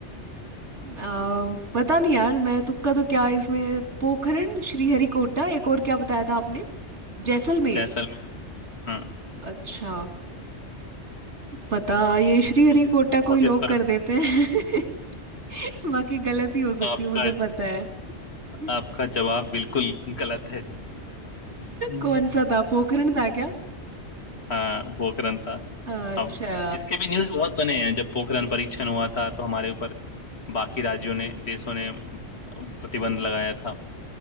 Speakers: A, on the right; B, on the left.
A: अ, पता नहीं यार मैं तुक्का तो क्या इसमें पोखरण श्रीहरिकोटा एक और क्या बताया था आपने जैसलमेर
B: जैसलमेर हाँ
A: अच्छा पता ये श्रीहरिकोटा
B: कोशिश कोशिश
A: को ही लोग
B: करो
A: कर देते हैं <laughs> बाकी गलत ही हो सकती
B: आपका
A: है मुझे पता है
B: आपका
A: <laughs>
B: जवाब बिल्कुल गलत है हम्म।
A: कौन सा था पोखरण था क्या
B: हाँ पोखरण था
A: अच्छा
B: अब इसके भी न्यूज़ बहुत बने हैं जब पोखरण परीक्षण हुआ था तो हमारे ऊपर बाकी राज्यों ने देशों ने प्रतिबंध लगाया था